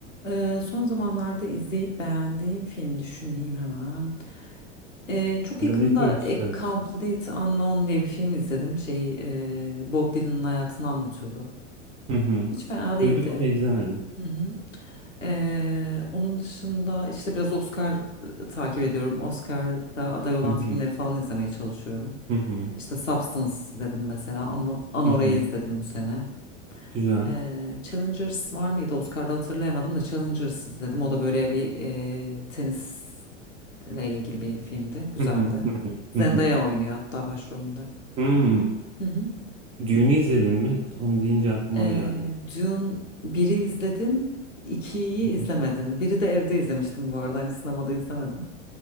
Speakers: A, on the left (about 80°); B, on the right (about 15°).
A: e, son zamanlarda izleyip beğendiğim film düşüneyim hemen. Ee, çok
B: Ya
A: yakında
B: da ne tür bir
A: A
B: seversin?
A: Complete Unknown diye bir film izledim. Şey, e, Bob Dylan'ın hayatını anlatıyordu.
B: Hı hı.
A: Hiç fena değildi.
B: Duydum ama izlemedim.
A: Hı hı. Ee, onun dışında işte biraz Oscar e, takip ediyorum. Oscar'a aday olan
B: Hı hı.
A: filmleri falan izlemeye çalışıyorum.
B: Hı hı.
A: İşte Substance izledim mesela ama Anora'yı
B: Hı hı.
A: izledim bu sene.
B: Güzel.
A: Ee, Challengers var mıydı? Oscar'da hatırlayamadım da Challengers izledim. O da böyle bir e, tenis ile ilgili bir filmdi. Güzeldi.
B: Hı hı. Hı hı.
A: Zendaya
B: Hı hı.
A: oynuyor hatta başrolünde.
B: Hmm.
A: Hı hı.
B: Düğünü izledin mi? Onu deyince aklıma
A: Ee,
B: geldi.
A: Dune 1'i izledim. ikiyi
B: Hı
A: izlemedim.
B: hı.
A: Biri de evde izlemiştim bu arada. Hani sinemada izlemedim.